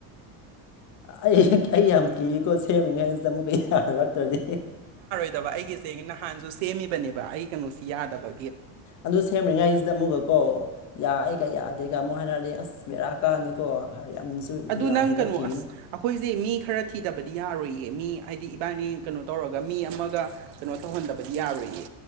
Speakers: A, on the left; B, on the right.
A: ꯑꯩ ꯑꯩ ꯌꯥꯝ ꯀꯤꯏꯀꯣ ꯁꯦꯝꯃꯤꯉꯩꯁꯤꯗ ꯑꯃꯨꯛꯀ ꯔꯛꯇ꯭ꯔꯗꯤ
B: ꯌꯥꯗꯕ ꯑꯩꯒꯤꯁꯦ ꯅꯍꯥꯟꯁꯨ ꯁꯦꯝꯃꯤꯕꯅꯦꯕ ꯑꯩ ꯀꯩꯅꯣꯁꯤ ꯌꯥꯗꯕ
A: ꯑꯗꯨ ꯁꯦꯝꯔꯤꯉꯥꯏꯁꯤꯗ ꯑꯃꯨꯛꯒꯀꯣ ꯌꯥꯏ ꯀ ꯌꯥ ꯑꯩꯒ ꯑꯃꯨꯛ ꯍꯥꯏꯔꯛꯑꯗꯤ ꯑꯁ ꯃꯦꯔꯥ ꯀꯥꯅꯤꯀꯣ ꯌꯥꯝꯅꯁꯨ
B: ꯑꯗꯨ
A: ꯌꯥ
B: ꯅꯪ
A: ꯍꯤꯒꯠꯈꯤꯒꯅꯨ
B: ꯀꯩꯅꯣ ꯑꯁ ꯑꯩꯈꯣꯏꯁꯦ ꯃꯤ ꯈꯔꯗꯤ ꯊꯤꯗꯕꯗꯤ ꯌꯥꯔꯣꯏꯌꯦ ꯃꯤ ꯍꯥꯏꯗꯤ ꯏꯕꯥꯏꯅꯤ ꯀꯩꯅꯣ ꯇꯧꯔꯒ ꯃꯤ ꯑꯃꯒ ꯀꯩꯅꯣ ꯇꯧꯍꯟꯗꯕꯗꯤ ꯌꯥꯔꯣꯏꯌꯦ